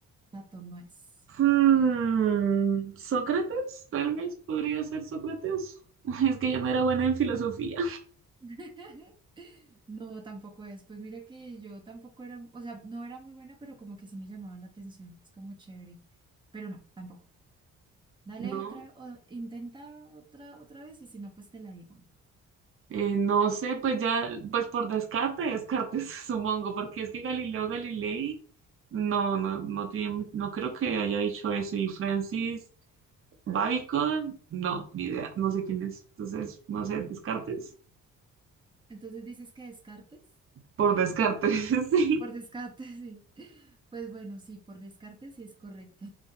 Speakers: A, on the right (about 15°); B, on the right (about 45°).
A: Platón no es.
B: Hmm, Sócrates, tal vez podría ser Sócrates. <laughs> Es que yo no era buena en filosofía.
A: <laughs> No, tampoco es. Pues mira que yo tampoco era, o sea, no era muy buena, pero como que sí me llamaba la atención. Es como chévere. Pero no, tampoco. Dale
B: No,
A: otra, o- intenta otra, otra vez y si no, pues te la digo.
B: eh, no sé, pues ya, pues por descarte, descartes, <laughs> supongo, porque es que Galileo Galilei, no, no, no tiene, no creo que haya dicho eso. Y Francis Bacon, no, ni idea, no sé quién es. Entonces, no sé, descartes.
A: Entonces dices que descartes.
B: Por descarte, <laughs> sí,
A: Por descarte, <laughs> sí. Pues bueno, sí, por descarte sí es correcto.